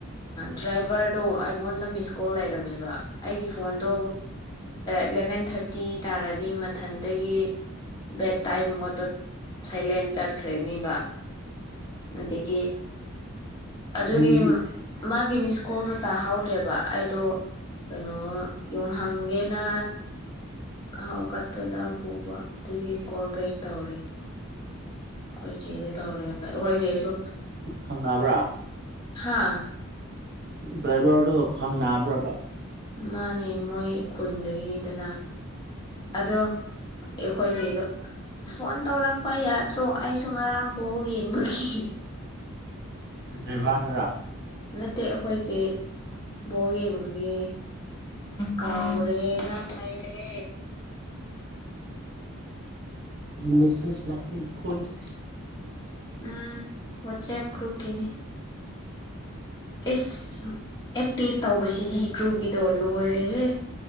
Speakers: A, on the left (about 20°); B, on the right (about 50°).
A: ꯗ꯭ꯔꯥꯏꯚꯔꯗꯣ ꯑꯩꯉꯣꯟꯗ ꯃꯤꯁ ꯀꯣꯜ ꯂꯩꯔꯝꯃꯦꯕ ꯑꯩꯒꯤ ꯐꯣꯟꯗꯣ ꯏꯂꯦꯚꯦꯟ ꯊꯥꯔꯇꯤ ꯇꯥꯔꯗꯤ ꯃꯊꯟꯗꯒꯤ ꯕꯦꯠ ꯇꯥꯏꯝ ꯃꯗꯨꯠ ꯁꯥꯏꯂꯦꯟ ꯆꯠꯈ꯭ꯔꯅꯤꯕ ꯑꯗꯒꯤ ꯑꯗꯨꯒꯤ
B: ꯃꯤꯗꯤ ꯑꯁ
A: ꯃꯥꯒꯤ ꯁ꯭ꯀꯨꯜꯗꯣ ꯇꯥꯍꯧꯗ꯭ꯔꯦꯕ ꯑꯩꯗꯣ ꯀꯩꯅꯣ ꯌꯨꯡꯍꯪꯒꯦꯅ ꯈꯥꯎ ꯀꯠꯄꯗ ꯎꯕ ꯑꯗꯨꯒꯤ ꯀꯣꯜ ꯕꯦꯛ ꯇꯧꯔꯤ ꯑꯩꯈꯣꯏ ꯆꯦꯗ ꯇꯧꯔ ꯑꯩꯈꯣꯏ ꯆꯦꯁꯨ
B: ꯈꯪꯅꯕ꯭ꯔꯥ
A: ꯍꯥꯥ
B: ꯗ꯭ꯔꯥꯏꯚꯔꯗꯣ ꯈꯪ ꯕ꯭ꯔꯕ
A: ꯃꯥꯅꯦ ꯃꯣꯏ ꯈꯨꯟꯗꯒꯤꯅꯤꯗꯅ ꯑꯗꯣ ꯑꯦꯈꯣꯏꯁꯤꯗꯣ ꯐꯣꯟ ꯇꯧꯔꯛꯄ ꯌꯥꯗ꯭ꯔꯣ ꯑꯩꯁꯨ ꯉꯔꯥꯡꯐꯥꯎ ꯌꯦꯡꯕꯒꯤ
B: ꯦꯚꯟ ꯔ
A: ꯅꯠꯇꯦ ꯑꯩꯈꯣꯏꯁꯦ ꯕꯣꯜ ꯌꯦꯡꯕꯒꯤ ꯀꯥꯎꯔꯦꯅ ꯃꯩꯔꯦ
B: ꯃꯤꯁꯁ ꯂ ꯀꯣꯟ ꯆꯦ
A: ꯎꯝ ꯋꯥꯆꯦ ꯭ꯔꯨꯀꯤꯅꯦ ꯑꯦꯁ ꯑꯦꯛꯇꯤꯞ ꯇꯧꯕꯁꯤꯅꯤ ꯒ꯭ꯔꯨꯞꯀꯤꯗꯣ ꯂꯣꯏꯔꯦꯍꯦ